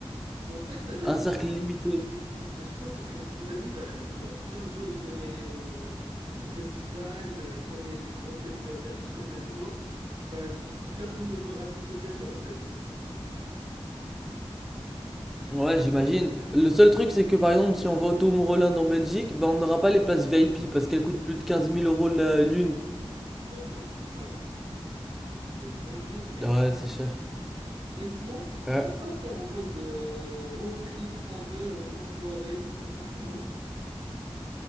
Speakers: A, on the right; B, in the centre.
A: En fait, ça dépend,
B: un cercle
A: mais,
B: limité?
A: mais je pense que ça serait beaucoup d'amis quand même. Genre, plein de gens, ils veulent y aller au, au festival, euh, comme il y a des grosses têtes de- d'affiches, comme t'as dit toi, bah, personne ne veut rater cette occasion en fait.
B: Ouais, j'imagine. Le seul truc, c'est que par exemple, si on va au Tomorrowland en Belgique, bah on n'aura pas les places VIP parce qu'elles coûtent plus de 15 000 euros la- l'une.
A: Oh my God, c'est une dinguerie, frère.
B: Ouais, c'est cher.
A: Mais sinon,
B: Ouais.
A: tu peux pas faire en mode euh, road trip, travel, en même temps soirée, ce serait trop cool, non?